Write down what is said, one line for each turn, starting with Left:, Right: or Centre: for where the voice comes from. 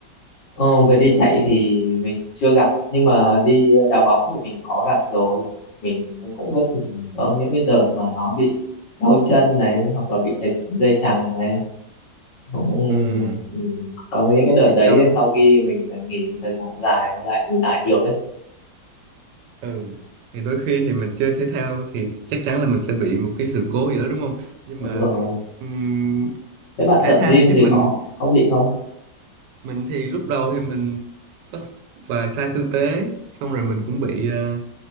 Left: Ờ, về đi chạy thì mình chưa gặp nhưng mà đi đá bóng thì mình có gặp rồi mình cũng cũng có từng có những cái đợt mà nó bị đau chân này hoặc là bị trật dây chằng này cũng
Right: ừ
Left: ừ, có những cái đợt
Right: thì
Left: đấy
Right: trong
Left: sau khi mình phải nghỉ một thời gian dài mới lại đi lại được ấy
Right: ừ thì đôi khi thì mình chơi thể thao thì chắc chắn là mình sẽ bị một cái sự cố gì đó đúng không nhưng
Left: đúng
Right: mà
Left: rồi
Right: ừm,
Left: thế bạn
Right: thể
Left: tập
Right: thao
Left: gym
Right: thì giúp
Left: thì
Right: mình
Left: có có bị không
Right: mình thì lúc đầu thì mình có vài sai tư thế xong rồi mình cũng bị ờ,